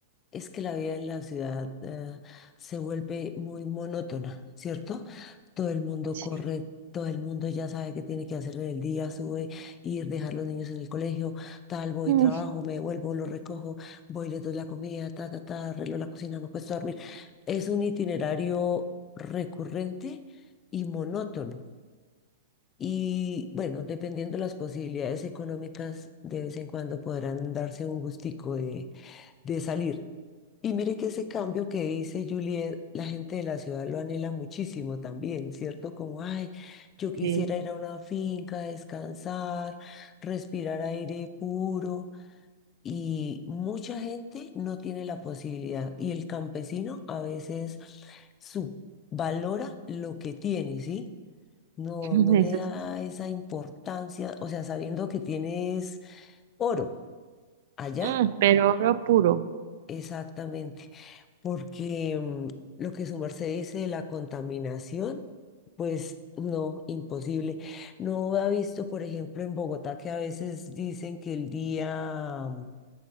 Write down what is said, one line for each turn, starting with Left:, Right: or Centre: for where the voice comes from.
Left: Es que la vida en la ciudad eh, se vuelve muy monótona, ¿cierto? Todo el mundo
Right: Sí,
Left: corre, todo el mundo ya sabe qué tiene que hacer en el día, sube, ir, dejar los niños en el colegio, tal, voy,
Right: Mm,
Left: trabajo, me vuelvo, lo recojo, voy, le doy la comida, ta, ta, ta, arreglo la cocina, me acuesto a dormir. Es un itinerario recurrente y monótono. Y bueno, dependiendo de las posibilidades económicas, de vez en cuando podrán darse un gustico de salir. Y mire que ese cambio que dice Juliet, la gente de la ciudad lo anhela muchísimo también, ¿cierto? Como, ay, yo
Right: sí,
Left: quisiera ir a una finca, descansar, respirar aire puro. Y mucha gente no tiene la posibilidad. Y el campesino a veces subvalora lo que tiene, ¿sí? No,
Right: <laughs>
Left: no le
Right: eso
Left: da
Right: sí. es cierto.
Left: esa importancia, o sea, sabiendo que tienes oro. Allá
Right: Mm, pero oro puro.
Left: Exactamente, porque mm, lo que su merced dice de la contaminación, pues no, imposible. No ha visto, por ejemplo, en Bogotá que a veces dicen que el día, mm,